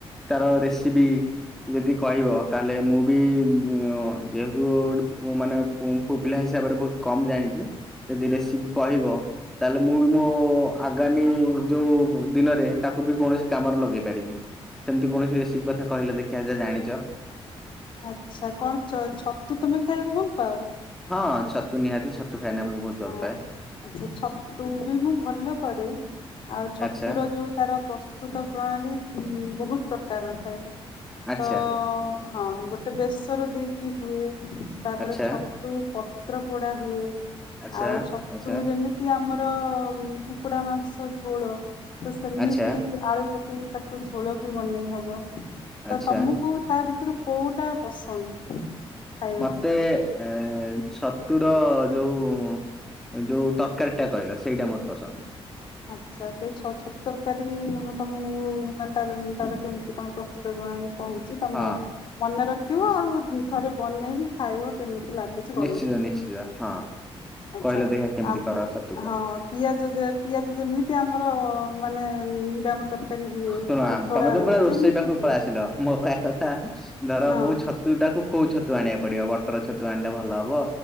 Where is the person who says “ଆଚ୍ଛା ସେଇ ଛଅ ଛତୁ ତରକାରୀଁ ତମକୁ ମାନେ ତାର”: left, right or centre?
Left